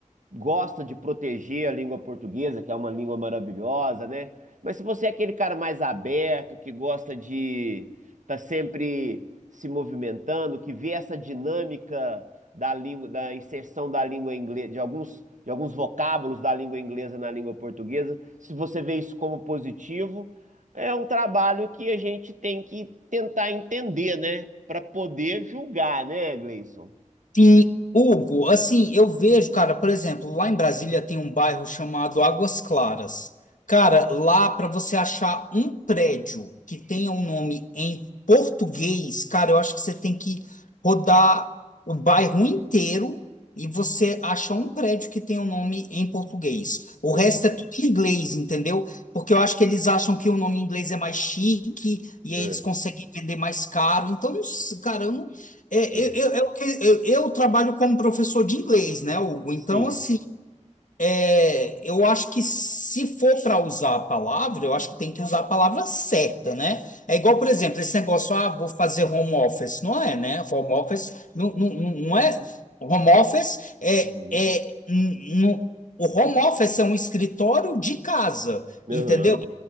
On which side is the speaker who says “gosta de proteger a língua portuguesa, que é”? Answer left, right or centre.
Right